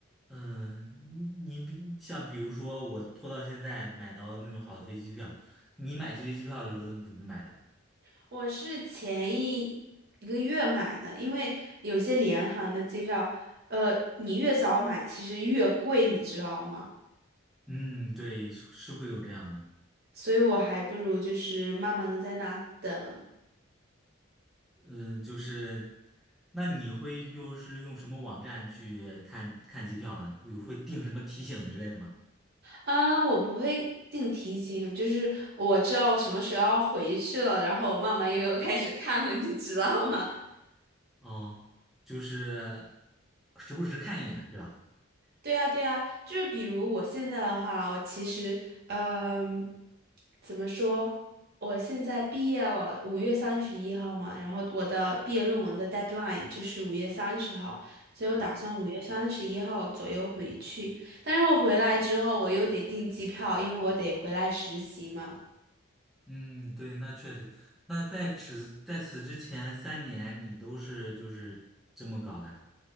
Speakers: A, in the centre; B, on the right.
A: 嗯，你比像比如说我拖到现在买到那种好的飞机票，你买飞机票的时候都怎么买的？
B: <laughs> 我是前一一个月买的，因为有些联航的机票，呃，你越早买其实越贵，你知道吗？
A: 嗯，对，是是会有这样的。
B: 所以我还不如就是慢慢的在那等。
A: 嗯，就是，那你会又是用什么网站去看看机票呢？会会定什么提醒之类的吗？
B: 嗯，我不会定提醒，就是我知道什么时候要回去了，然后我慢慢悠悠开始看了，你知道吗？<laughs>
A: 哦，就是时不时看一眼是吧？
B: 对啊，对啊，就是比如我现在的话，我其实，嗯，怎么说？我现在毕业了，五月三十一号嘛，然后我的毕业论文的 deadline 就是五月三十号，所以我打算五月三十一号左右回去。但是我回来之后，我又得订机票，因为我得回来实习嘛。
A: 嗯，对，那确实。那在此在此之前三年，你都是就是这么搞的，